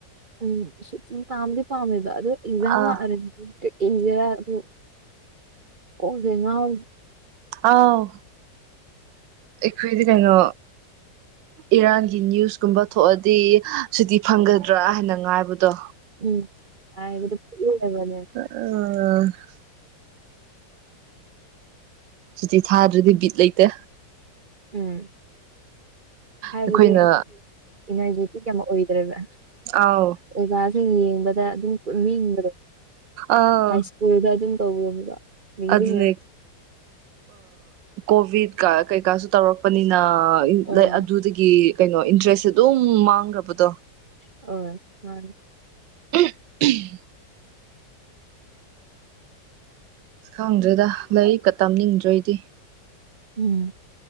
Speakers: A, on the right (about 45°); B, on the right (about 85°).
A: ꯎꯝ ꯁꯨꯇꯤ ꯄꯥꯝꯗꯤ ꯄꯥꯝꯃꯦꯕ ꯑꯗꯣ ꯑꯦꯛꯖꯥꯝ
B: ꯑꯥ
A: ꯂꯥꯛꯑ <unintelligible> ꯎꯝ ꯀꯣꯡꯖꯦ ꯉꯥꯎ
B: ꯑꯥꯎ ꯑꯩꯈ꯭ꯣꯏꯗꯤ ꯀꯩꯅꯣ ꯏꯔꯥꯟꯒꯤ ꯅ꯭ꯌꯨꯁ ꯀꯨꯝꯕ ꯊꯣꯛꯑꯗꯤ ꯁꯤꯇꯤ ꯐꯪꯒꯗ꯭ꯔꯥ ꯍꯥꯏꯅ ꯉꯥꯏꯕꯗꯣ
A: ꯎꯝ ꯍꯥꯏꯕꯗ ꯄꯦꯜꯂꯒꯅꯦ
B: <unintelligible> ꯁꯨꯇꯤ ꯊꯥꯗ꯭ꯔꯗꯤ ꯕꯤꯠ ꯂꯩꯇꯦ
A: ꯎꯝ ꯍꯥꯏꯕꯗꯤ
B: ꯑꯩꯈꯣꯏꯅ
A: ꯑꯩꯈꯣꯏꯒꯤ ꯏꯅꯔꯖꯦꯇꯤꯛ ꯌꯥꯝ ꯑꯣꯏꯗ꯭ꯔꯦꯕ
B: ꯑꯥꯎ
A: ꯑꯣꯖꯥꯖꯤꯡ ꯌꯦꯡꯕꯗ ꯑꯗꯨꯝ ꯃꯤꯡꯕꯗꯣ
B: ꯑꯥ
A: ꯍꯥꯏꯁ ꯏꯁ꯭ꯀꯨꯜꯗ ꯑꯗꯨꯝ <unintelligible> ꯅꯤꯡꯁꯤꯡꯉꯦ
B: ꯑꯗꯨꯅꯦ ꯀꯣꯚꯤꯠ ꯀ ꯀꯩꯀꯥꯁꯨ ꯇꯧꯔꯛꯄꯅꯤꯅ
A: ꯑꯣ
B: ꯑꯗꯨꯗꯒꯤ ꯀꯩꯅꯣ ꯏꯟꯇ꯭ꯔꯦꯁꯁꯦ ꯑꯗꯨꯝ ꯃꯥꯡꯈ꯭ꯔꯕꯗꯣ
A: ꯑꯣ ꯃꯅꯤ
B: <unintelligible> <inaudible> ꯈꯪꯗ꯭ꯔꯦꯗ ꯂꯥꯏꯔꯤꯛꯀ ꯇꯝꯅꯤꯡꯗ꯭ꯔꯦ ꯑꯩꯗꯤ
A: ꯎꯝ